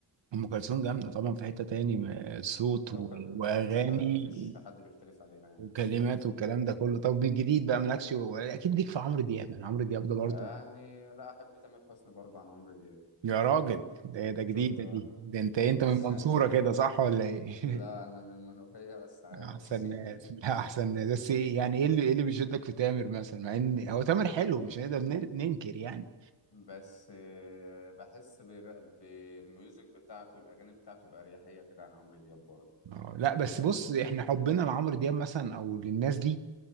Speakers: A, on the right; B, on the left.
A: ام كلثوم جامده طبعا في حته تاني م- صوت
B: كوكب
A: و- واغاني
B: الشرق مفيش حد بيختلف عليها يعني
A: وكلمات والكلام ده كله طب من جديد بقى مالكش اكيد ليك في عمرو دياب يعني عمرو دياب ده برضه
B: يعني لا أحب تامر حسني برضه عن عمرو دياب
A: يا راجل ده ده جديدة
B: شفت بقى
A: دي ده انت انت
B: <laughs>
A: من المنصورة كده صح ولا ايه؟
B: لا أنا من المنوفية بس عادي
A: <laughs> احسن
B: <laughs>
A: ناس لا احسن ناس بس ايه يعني ايه اللي ايه اللي بيشدك في تامر مثلا مع ان هو تامر حلو مش هنقدر نر- ننكر يعني
B: بس آه، بحس بغ- بالميوزك بتاعته والأغاني بتاعته بأريحية كده عن عمرو دياب برضه
A: آه، لا بس
B: فاهمني؟
A: بص احنا حبنا لعمرو دياب مثلا او للناس دي